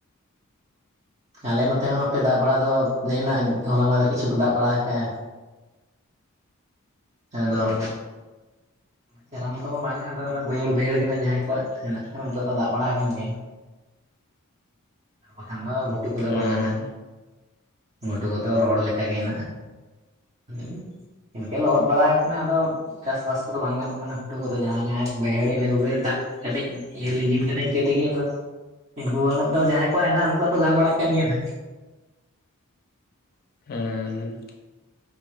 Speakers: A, on the right; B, on the left.
A: ᱟᱞᱮ ᱱᱚᱛᱮ ᱦᱚᱸ ᱟᱯᱮ ᱫᱟᱜ ᱵᱟᱲᱟ ᱫᱚ ᱱᱮᱜᱱᱟᱜ ᱦᱚᱞᱟ ᱢᱟᱫᱷᱮᱨ ᱠᱤᱪᱷᱩ ᱫᱟᱜ ᱵᱟᱲᱟ ᱟᱠᱟᱜ-ᱟ ᱦᱮᱸ ᱟᱫᱚ
B: ᱦᱩᱸ <inaudible>
A: ᱪᱮᱦᱨᱟ ᱢᱚᱛᱚ ᱢᱟ ᱵᱟᱝᱼᱟ ᱟᱫᱚ ᱚᱱᱟ ᱵᱟᱹᱭᱦᱟᱹᱲ ᱵᱟᱹᱭᱦᱟᱹᱲ ᱜᱮ ᱡᱟᱦᱟᱸᱭ ᱠᱚᱣᱟᱜ ᱦᱮᱱᱟᱜ ᱟᱠᱟᱟᱱ ᱩᱱᱠᱩᱣᱟᱜ ᱫᱚ ᱫᱟᱜ ᱵᱟᱲᱟ ᱠᱟᱱ ᱜᱮ ᱵᱟᱠᱷᱟᱱ ᱫᱚ ᱜᱷᱩᱴᱩ ᱠᱚᱫᱚ
B: ᱦᱩᱸ
A: ᱵᱟᱝᱱᱟ ᱱᱟᱜ ᱜᱷᱩᱴᱩ ᱠᱚᱫᱚ ᱨᱚᱦᱚᱲ ᱞᱮᱠᱟᱜᱮ ᱦᱮᱱᱟᱜᱼᱟ ᱦᱮᱸ ᱤᱱᱠᱟᱹ ᱞᱚᱦᱚᱫ ᱵᱟᱲᱟᱠᱟᱱᱟ ᱟᱫᱚ ᱪᱟᱥᱵᱟᱥ ᱠᱚᱫᱚ ᱵᱟᱝ ᱜᱟᱱᱚᱜ ᱠᱟᱱᱟ ᱜᱷᱩᱴᱩ ᱠᱚᱫᱚ ᱡᱟᱦᱟᱸ ᱡᱟᱦᱟᱸᱭ ᱵᱟᱹᱭᱦᱟᱹᱲᱤ ᱤᱱᱟᱹ ᱠᱚᱜᱮ ᱫᱟᱜ ᱠᱟᱹᱴᱤᱡ ᱤᱭᱟ. ᱞᱤᱜᱤᱱ ᱠᱟᱱᱟ ᱤᱱᱠᱟᱹ ᱛᱮᱜᱮ ᱟᱨ ᱤᱱᱠᱩ ᱟᱜ ᱫᱚ ᱡᱟᱦᱟᱸᱭ ᱠᱚᱣᱟᱜ ᱦᱮᱱᱟᱜᱼᱟ ᱩᱱᱠᱩᱣᱟᱜ ᱫᱚ ᱜᱟᱱ ᱵᱟᱲᱟᱜ ᱠᱟᱱ ᱜᱮᱭᱟ ᱦᱟᱸᱜ
B: ᱦᱮᱸ